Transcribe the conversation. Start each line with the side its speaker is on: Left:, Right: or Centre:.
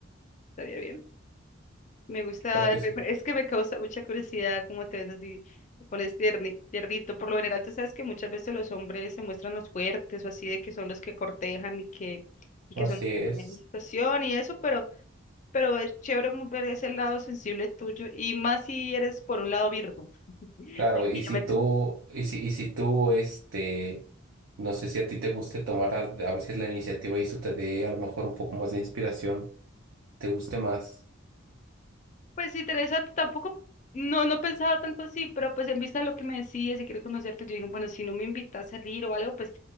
Left: estaría bien. Me gusta,
Right: claro que sí.
Left: me- me- es que me causa mucha curiosidad cómo te ves así, te pones tierni- tiernito. Por lo general, tú sabes que muchas veces los hombres se muestran los fuertes o así, de que son los que cortejan y que, y que
Right: Así
Left: son los
Right: es.
Left: que ponen situación y eso, pero. Pero es chévere mu- ver ese lado sensible tuyo y más si eres por un lado Virgo. <laughs>
Right: Claro,
Left: Aquí
Right: y si
Left: yo me entiendo.
Right: tú, y si, y si tú, este No sé si a ti te guste tomar a, a veces la iniciativa y eso te dé a lo mejor un poco más de inspiración, te guste más.
Left: Pues interesante, tampoco, no, no pensaba tanto así, pero pues en vista de lo que me decías si quiero conocerte, yo dije, bueno, si no me invitas a salir o algo, pues